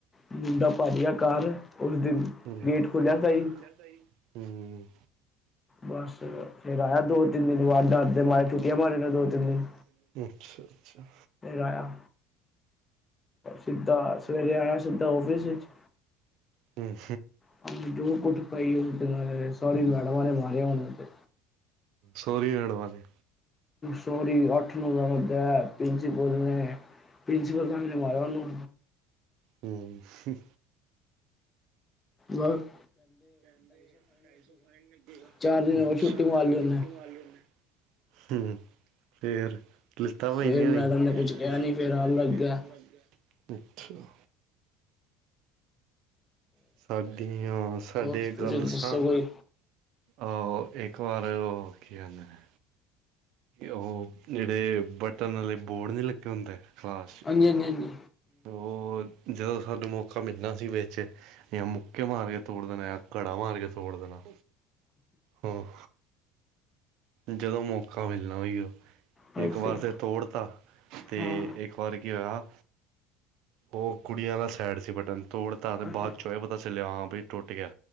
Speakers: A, on the left; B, on the right.
A: ਮੁੰਡਾ ਭਜਿ ਗਯਾ ਘਰ ਉਸ ਦਿਨ
B: ਹੁਂ,
A: ਗੇਟ ਖੁੱਲਿਆ ਸਹੀ
B: ਗੇਟ ਖੁਲਯਾ ਸਈ, ਹੁਂ।
A: ਬਸ ਫੇਰ ਆਇਆ ਦੋ ਤਿੰਨ
B: ਆ
A: ਦਿਨ
B: ਦੋ
A: ਬਾਅਦ
B: ਤਿੰਨ
A: ਡਰ
B: ਦਿਨ
A: ਦੇ
B: ਬਾਅਦ
A: ਮਾਰੇ
B: ਡਰਦੇ
A: ਛੁੱਟੀਆਂ ਮਾਰੇ
B: ਮ
A: ਨੇ
B: ਛੁੱਟੀਆਂ
A: ਦੋ
B: ਮਾਰ
A: ਤਿੰਨ ਦਿਨ
B: ਨੇ ਦੋ-ਤਿੰਨ ਦਿ
A: ਆਯਾ ਸਿੱਧਾ, ਸਵੇਰੇ ਆਇਯਾ, ਸਿੱਧਾ ਆੱਫਿਸ ਵਿੱਚ
B: ਹੂੰ
A: ਹਾਂਜੀ, ਬਓਤ ਕੋਟ ਪਈ ਓਨ੍ਹੂਂ ਤੇ, ਹਾਯ-ਹਾਯ, ਸਾਰੀ ਮੈਡਮਾਂ ਨੇ ਮਾਰਯਾ ਓਨ੍ਹੂਂ ਤੇ।
B: ਸੋਹਰੀ ਰਣ ਵਾਲੀ
A: ਸਾਰੀ ਅੱਠ-ਨੌ ਜਨੇ, ਬੈਟ, ਪ੍ਰਿੰਸੀਪਲ ਨੇ, ਪ੍ਰਿੰਸੀਪਲ ਸਰ ਨੇ ਮਾਰਯਾ ਉਹਨੂੰ।
B: ਹੁਂ, ਹੁਂ।
A: ਬੱਸ
B: ਕਹਿੰਦੇ, ਢਾਈ ਸੌ ਫਾਈਨ ਲੱਗੇਗਾ।
A: ਚਾਰ ਦਿਨ
B: ਅਛਾ।
A: ਹੋਰ ਛੁੱਟੀ
B: ਚਾਰ ਦਿਨਾਂ
A: ਮਾਰ ਲਈ
B: ਦੀ
A: ਉਹਨੇ
B: ਛੁੱਟੀ ਮਾਰ ਲਈ ਉਹਨੇ ਹੁਂ, ਫੇਿਰ? ਲਤਾਂ ਭਜਨੀਯਾਂ
A: ਫੇਰ ਮੈਡਮ
B: ਸੀ? ਫੇਰ
A: ਨੇ ਕੁਛ
B: ਮੈਡਮ
A: ਕਿਹਾ ਨੀ
B: ਨੇ ਕੁੰਛ
A: ਫੇਰ ਆਉਣ
B: ਕਿਹਾ ਨ
A: ਲੱਗ
B: ਇ, ਫੇਰ
A: ਗਿਆ।
B: ਆਵਣ ਲਗ ਗਯਾ। ਅਛਾ। ਸਾਡੀਆਂ, ਸਾਡੇ
A: ਹੋਰ ਤੁਸੀਂ
B: ਗੱਲ
A: ਦੱਸੋ
B: ਦਸਾਂ?
A: ਕੋਈ
B: ਆਹੋ ਇੱਕ ਵਾਰ ਉਹ ਕੀ ਆਦੇ ਨੇ? ਉਹ ਜਿਹੜੇ ਬਟਨ ਵਾਲੇ ਬੋਰਡ ਨੀ ਲੱਗੇ ਹੁੰਦੇ? ਕਲਾਸ 'ਚ
A: ਹਾਂਜੀ -ਹਾਂਜੀ, ਹਾਂਜੀ।
B: ਉਹ, ਜਦੋਂ ਸਾਨੂੰ ਮੌਕਾ ਮਿਲਣਾ ਸੀ ਵਿੱਚ, ਜਾਂ ਮੁੱਕੇ ਮਾਰ ਕੇ ਤੋੜ ਦੇਣਾ ਆ- ਘੜਾ ਮਾਰ ਕੇ ਸੋੜ ਦੇਣਾ ਉਹ। ਜਦੋਂ ਮੌਕਾ ਮਿਲਣਾ ਗਾ।
A: ਹਾਂਜੀ
B: ਇੱਕ ਵਾਰ
A: ਹਾਂਜੀ
B: ਫਿਰ ਤੋੜਤਾ ਤੇ
A: ਹਾਂ
B: ਇੱਕ ਵਾਰ ਕੀ ਹੋਇਆ। ਉਹ ਕੁੜੀਆਂ ਦਾ ਸਾਈਡ ਸੀ ਬਟਨ ਤੋੜਤਾ ਤੇ
A: ਹਾਂਜੀ
B: ਬਾਅਦ
A: ਹਾਂਜੀ
B: ਚੋਂ ਇਹ ਪਤਾ ਚੱਲਿਆ ਹਾਂ ਬਈ। ਟੁੱਟ ਗਿਆ